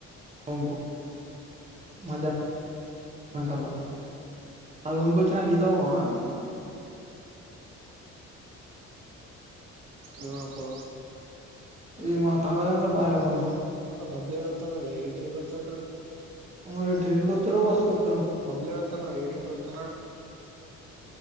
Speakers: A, on the right; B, on the right.
A: అంబు మదా రంగాల్లో ఆది ఒంకొచ్చిన ఈతకి పోవ
B: కొనుక్కొద్దాం
A: ఆ
B: నాక
A: ఈ మాత పొలం ల బాయ్ లేకి పోదాం
B: వాడు ఒత్తాాడు ఏ ట్రైన్ క్ ఒత్తానడు
A: వాడు ట్రైన్ ఒత్తడో బస్ కొత్తడో
B: బబ్లూ గాడు ఒత్తన్నాడుట ఏ ట్రైన్కి వస్తున్నాడు